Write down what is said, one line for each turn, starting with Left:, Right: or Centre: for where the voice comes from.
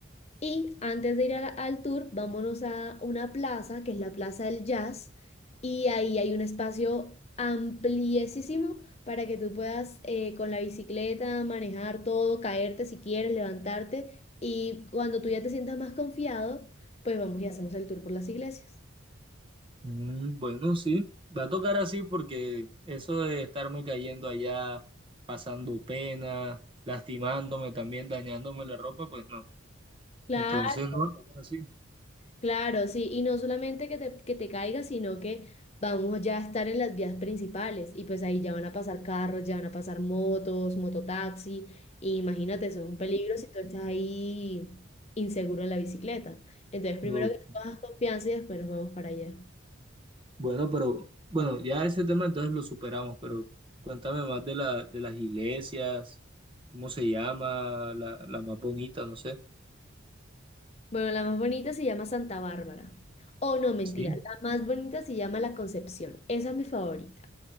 Left: Y antes de ir al, al tour, vámonos a una plaza, que es la Plaza del Jazz, y ahí hay un espacio ampliesísimo para que tú puedas eh, con la bicicleta manejar todo, caerte si quieres, levantarte, y cuando tú ya te sientas más confiado, pues vamos y hacemos el tour por las iglesias.
Right: Mm, bueno, sí, va a tocar así porque eso de estarme cayendo allá, pasando pena, lastimándome también, dañándome la ropa, pues no.
Left: Claro.
Right: Entonces no, así.
Left: Claro, sí, y no solamente que te, que te caiga, sino que vamos ya a estar en las vías principales y pues ahí ya van a pasar carros, ya van a pasar motos, mototaxi, y imagínate, eso es un peligro si tú estás ahí inseguro en la bicicleta. Entonces, primero
Right: Ujú.
Left: que tú cojas confianza y después nos vamos para allá.
Right: Bueno, pero bueno, ya ese tema entonces lo superamos, pero cuéntame más de la, de las iglesias, cómo se llama, la, la más bonita, no sé.
Left: Bueno, la más bonita se llama Santa Bárbara. Oh, no, mentira,
Right: Sí.
Left: la más bonita se llama La Concepción. Esa es mi favorita.